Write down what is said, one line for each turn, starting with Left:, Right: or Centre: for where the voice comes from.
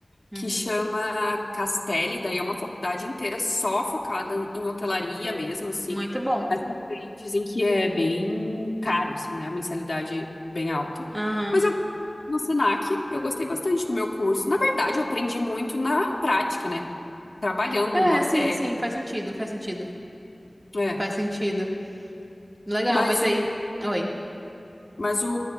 Right: Uhum.
Left: que chama Castelli, daí é uma faculdade inteira só focada em hotelaria mesmo, assim.
Right: Muito bom.
Left: Mas também dizem que é bem caro, assim, né? A mensalidade bem alta.
Right: Aham.
Left: Mas eu, no Senac, eu gostei bastante do meu curso. Na verdade, eu aprendi muito na prática, né? Trabalhando
Right: É,
Left: no hotel.
Right: sim, sim, faz sentido, faz sentido.
Left: É,
Right: Faz sentido. Legal,
Left: mas
Right: mas
Left: o,
Right: aí. Oi.
Left: mas o,